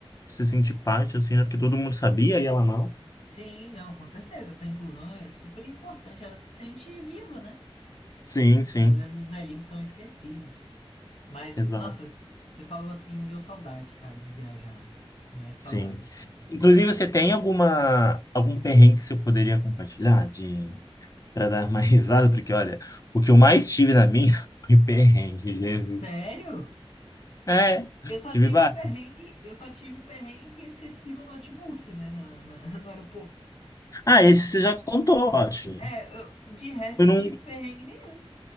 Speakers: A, on the left (about 35°); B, on the left (about 85°).
A: se sentir parte, assim, né? Porque todo mundo sabia e ela não.
B: Sim, não, com certeza. Essa inclusão é super importante. Ela se sente viva, né?
A: Sim, sim,
B: Às vezes os velhinhos são esquecidos. Mas,
A: exato.
B: nossa, você falou assim, deu saudade, cara, de viajar. Viajar saudade,
A: Sim.
B: assim.
A: Inclusive, você tem alguma algum perrengue que você poderia compartilhar de para dar mais <laughs> risada? Porque, olha, o que eu mais tive na minha <laughs> foi perrengue, Jesus.
B: Sério?
A: É,
B: Eu só
A: tive
B: tive
A: vários.
B: o perrengue, eu só tive o perrengue que eu esqueci meu notebook, né, na, na- <laughs> no aeroporto.
A: Ah, esse você já contou, eu acho.
B: É, eu- de resto
A: Foi
B: eu
A: num,
B: não tive perrengue nenhum.